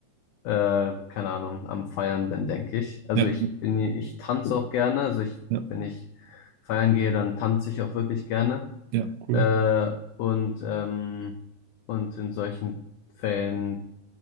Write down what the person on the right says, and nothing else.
ja,
ja,
ja, cool.